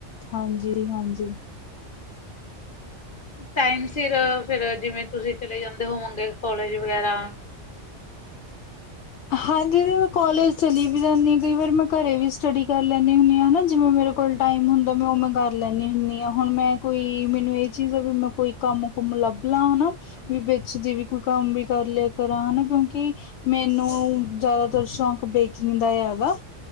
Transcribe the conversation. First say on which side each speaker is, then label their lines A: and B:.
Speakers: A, on the left (about 70°); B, on the left (about 45°).
A: ਹਾਂਜੀ- ਹਾਂਜੀ।
B: ਟਾਈਮ ਸਿਰ ਫੇਰ ਜਿਵੇਂ ਤੁਸੀਂ ਚਲੇ ਜਾਂਦੇ ਹੋਵੋਗੇ ਕੋਲਜ ਵਗੈਰਾ। <inaudible>
A: ਹਾਂਜੀ ਦੀ ਮੈਂ ਕੋਲਜ਼ ਚਲੀ ਵੀ ਜਾਂਦੀ ਹਾਂ ਕਈ ਵਾਰ ਮੈਂ ਘਰੇ ਵੀ ਸਟੱਡੀ ਕਰ ਲੈਂਦੀ ਹੁੰਦੀ ਹਾਂ ਹਨਾ ਜਿਵੇਂ ਮੇਰੇ ਕੋਲ ਟਾਈਮ ਹੁੰਦਾ ਮੈਂ ਉਹ ਮੈਂ ਕਰ ਲੈਂਨੀ ਹੁੰਨੀ ਹਾਂ, ਹੁਣ ਮੈਂ ਕੋਈ ਮੈਨੂੰ ਇਹ ਚੀਜ਼ ਆ ਵੀ ਮੈਂ ਕੋਈ ਕੰਮ ਕੁਮ ਲੱਭ ਲਾਂ ਹਨਾ, ਵੀ ਵਿੱਚ ਦੀ ਵੀ ਕੋਈ ਕੰਮ ਵੀ ਕਰ ਲਿਆ ਕਰਾ ਹਨਾ ਕਿਉਂਕਿ ਕਿ ਮੈਨੂੰ ਜ਼ਿਆਦਾਤਰ ਸ਼ੌਕ ਬੇਕਿੰਗ ਦਾ ਵਾ।